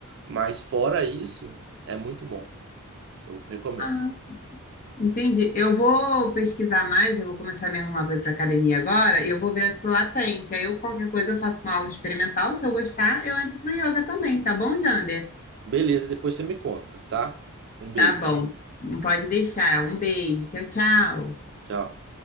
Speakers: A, on the right (about 55°); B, on the left (about 35°).
A: Mas fora isso, é muito bom. Eu recomendo.
B: Ah, entendi. Eu vou pesquisar mais, eu vou começar a me arrumar para ir para academia agora e eu vou ver se lá tem, que aí eu, qualquer coisa eu faço uma aula experimental, se eu gostar, eu entro pro yoga também, tá bom, Jander?
A: Beleza, depois você me conta, tá? Um beijo.
B: Tá bom. Não pode deixar. Um beijo. Tchau, tchau.
A: Tchau.